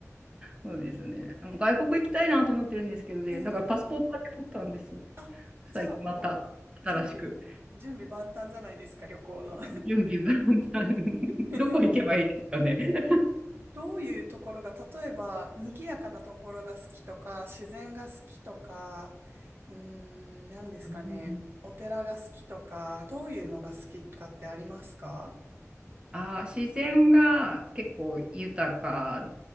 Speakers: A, on the right; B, on the right.
A: そうですね。外国行きたいなと思ってるんですけどね。
B: ええ
A: だからパスポートだけ取ったんですよ。
B: あ、
A: 最近また新しく。
B: じゃあもう、準備、準備万端じゃないですか、旅行の。
A: 準備が <laughs>
B: <laughs>
A: どこ行けばいいですかね。
B: どういうところが、例えば、賑やかなところが好きとか、自然が好きとか、うーん、何ですかね。
A: うん
B: お寺が好きとか、どういうのが好きかってありますか
A: あー、自然が結構豊か